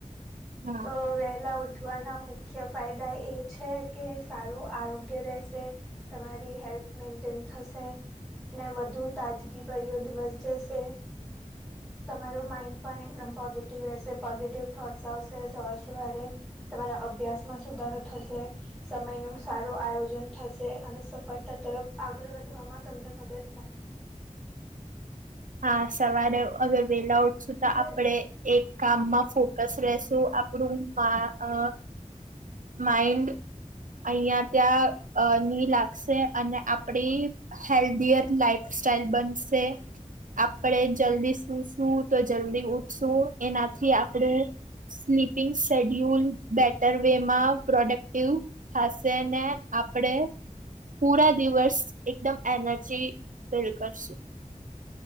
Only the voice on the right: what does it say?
હા
હા, સવારે અગર વેલા ઉઠશું
તો આપડે એક કામમાં ફ સ્રેસું આપણું <unintelligible> માઇન્ડ અહીં ત્યાં ની લાગે. અને આપડી હેલ્ધી યર લાઈફ સાઈલ બનશે. આપણે જલ્દી સુઈશું તો જલ્દી ઉઠશું, એનાથી આપણું સ્લીપિંગ શેડ્યુલ બેટર. એમાં પ્રોડક્ટિવ થશે ને આપણે પૂરા દિવસ એકદમ એનર્જી ફીલ કરીશું.